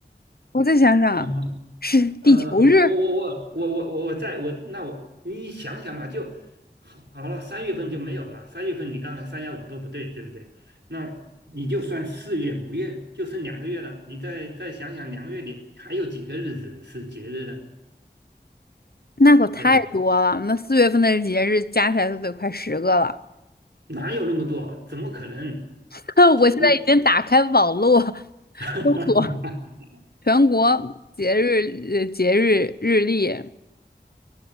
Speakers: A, on the left; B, on the right.
A: 我再想想，
B: 嗯
A: 是地球日。
B: 呃，我我我我我我我在我那我你想想嘛，就好好了，三月份就没有了。三月份你刚才三幺五都不对，对不对？那你就算四月、五月，就剩两个月了。你再再想想，两个月里还有几个日子是节日的，
A: 那可太多了，
B: 对吧？
A: 那四月份的节日加起来都得快十个了。
B: 哪有那么多？怎么可能？
A: <laughs>
B: 中国
A: 我现在已经打开网络
B: <laughs>
A: 搜索全国节日呃节日日历，